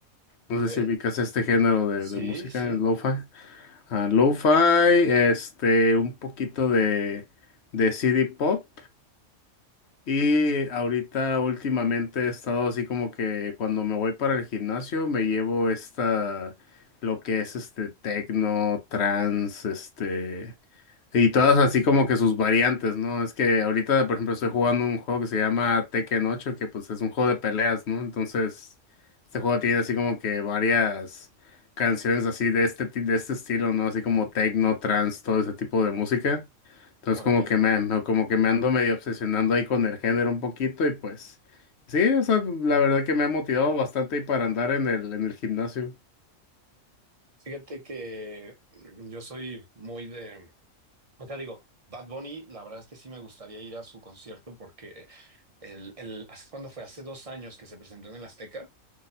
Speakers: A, on the left (about 60°); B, on the right (about 35°).
A: No
B: ¿ok?
A: sé si ubicas este género de,
B: Sí,
A: de música,
B: sí,
A: lo-fi. Ah, lo-fi, este, un poquito de, de CD pop y ahorita últimamente he estado así como que cuando me voy para el gimnasio me llevo esta, lo que es este tecno, trance, este, y todas así como que sus variantes, ¿no? Es que ahorita, por ejemplo, estoy jugando un juego que se llama Tekken ocho que pues es un juego de peleas, ¿no? Entonces, este juego tiene así como que varias canciones así de este, ti- de este estilo, ¿no? Así como techno trance, todo ese tipo de música. Entonces
B: órale.
A: como que me, me- como que me ando medio obsesionando ahí con el género un poquito y pues sí, o sea, la verdad que me ha motivado bastante ahí para andar en el, en el gimnasio.
B: Fíjate que mm, yo soy muy de, O sea, digo, Bad Bunny, la verdad es que sí me gustaría ir a su concierto porque el, el, ¿hace ¿cuándo fue? Hace dos años que se presentó en el Azteca.